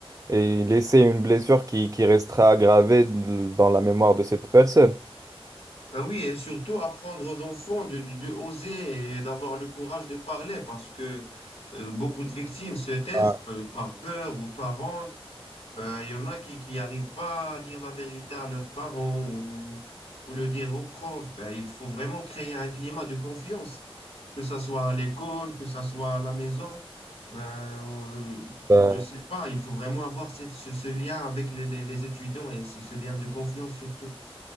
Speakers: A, on the right (about 30°); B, on the left (about 75°).
A: et laisser une blessure qui, qui restera aggravée dans la mémoire de cette personne.
B: Ben oui, et surtout apprendre aux enfants de, de, de oser et d'avoir le courage de parler parce que euh, beaucoup de victimes se taisent
A: Ouais.
B: euh, par peur ou par honte Ben, il y en a qui qui arrivent pas à dire la vérité à leurs parents ou, ou le dire aux profs. Ben, il faut vraiment créer un climat de confiance, que ça soit à l'école, que ça soit à la maison. Ben, euh,
A: bah,
B: je sais pas, il faut vraiment avoir cette- ce, ce lien avec les, les- les étudiants et c'est ce lien de confiance surtout.